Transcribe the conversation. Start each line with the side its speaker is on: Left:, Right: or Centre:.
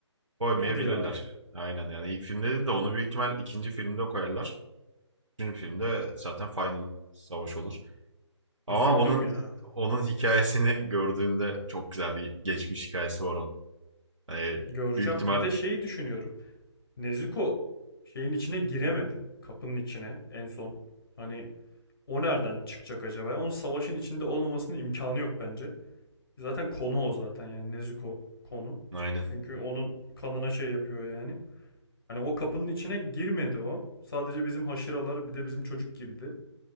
Right: Koymayabilirler.
Left: Hadi ya.
Right: Aynen yani ilk filmde değil de onu büyük ihtimal ikinci filmde koyarlar. Üçüncü filmde zaten final savaş olur. Ama
Left: Üzüldüm
Right: onun
Left: ya.
Right: onun hikayesini gördüğünde çok güzel bir geçmiş hikayesi var onun. Hani
Left: Göreceğim.
Right: büyük ihtimal
Left: Bir de şeyi düşünüyorum. Nezuko şeyin içine giremedi. Kapının içine en son. Hani o nereden çıkacak acaba? Onun savaşın içinde olmamasının imkanı yok bence. Zaten konu o zaten yani Nezuko konu.
Right: aynen.
Left: Çünkü onun kanına şey yapıyor yani. Hani o kapının içine girmedi o. Sadece bizim haşıralar bir de bizim çocuk girdi.